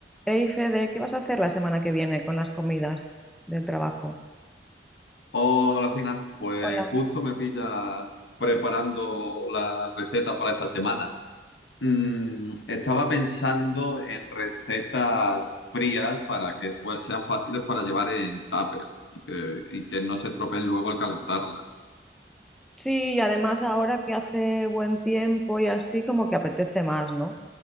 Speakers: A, in the centre; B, on the left.
A: Hey Fede, ¿qué vas a hacer la semana que viene con las comidas del trabajo?
B: Hola, Fina. Pues
A: Hola.
B: justo me pilla preparando las recetas para esta semana. Mm, estaba pensando en recetas frías para que fue- sean fáciles para llevar en tupper y que, y que no se estropeen luego al calentarlas.
A: Sí, y además ahora que hace buen tiempo y así, como que apetece más, ¿no?